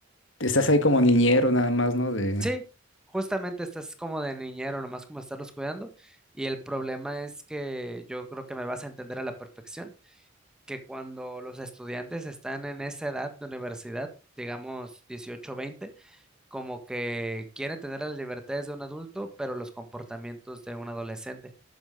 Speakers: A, on the left; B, in the centre.
A: Estás ahí como niñero nada más, ¿no? De,
B: Sí, justamente estás como de niñero, nomás como estarlos cuidando. Y el problema es que yo creo que me vas a entender a la perfección, que cuando los estudiantes están en esa edad de universidad, digamos 18 20, como que quieren tener las libertades de un adulto, pero los comportamientos de un adolescente.